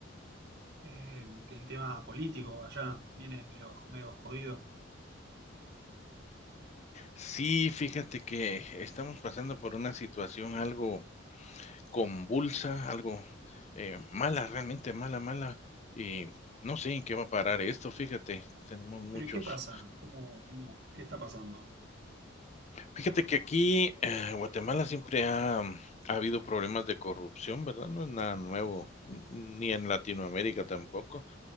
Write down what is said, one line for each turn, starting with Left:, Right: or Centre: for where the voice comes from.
Right: Eh, que el tema político allá viene medio, medio jodido.
Left: Sí, fíjate que estamos pasando por una situación algo convulsa, algo eh, mala, realmente mala, mala, y no sé en qué va a parar esto, fíjate, tenemos muchos,
Right: Pero ¿y qué pasa? ¿Cómo, cómo, qué está pasando?
Left: Fíjate que aquí, eh, Guatemala siempre ha, mm, ha habido problemas de corrupción, ¿verdad? No es nada nuevo, n- ni en Latinoamérica tampoco.